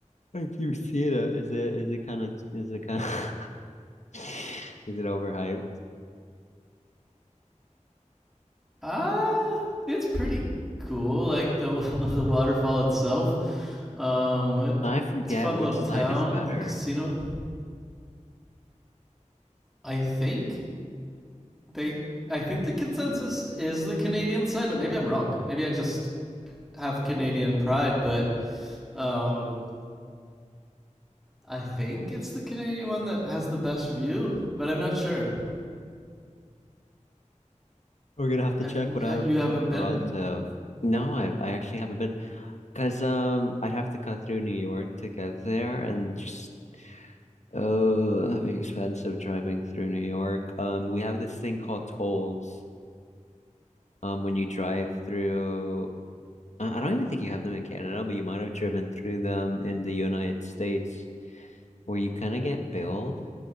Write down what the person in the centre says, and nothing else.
Ah, it's pretty cool. Like the <laughs> the waterfall itself Um,
it's a fun
little town
The casino. I think they. I think the consensus is the Canadian side, but maybe I'm wrong. Maybe I just have Canadian pride, but um, I think it's the Canadian one that has the best view. But I'm not sure.
Have
you,
haven't
been?